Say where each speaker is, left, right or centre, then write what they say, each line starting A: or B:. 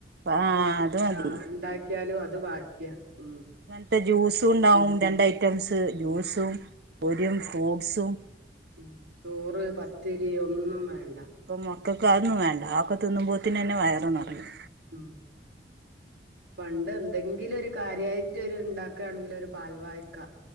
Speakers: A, on the right (about 65°); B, on the right (about 80°).
A: ആഹ് അത് മതി
B: ആഹ് ണ്ടാക്കിയാലും അത് ബാക്കിയ ഉം.
A: മറ്റ ജ്യൂസു ണ്ടാവും
B: ഉം
A: രണ്ട് ഐറ്റംസ്
B: ഉം
A: ജ്യൂസും, പൊരിയും, ഫ്രൂട്സും.
B: ഉം. ചോറ്, പത്തിരി ഒന്നും വേണ്ട.
A: അപ്പം മക്കക്ക് അതൊന്നും വേണ്ട. ആഹ് ക്കെ തിന്നുമ്പോഴത്തന് തന്നെ വയറ് നിറിയും.
B: ഉം. പണ്ട് എന്തെങ്കിലും ഒരു കാര്യയിട്ട് ണ്ടാക്കാണെങ്കില് ഒരു പാൽവായക്ക.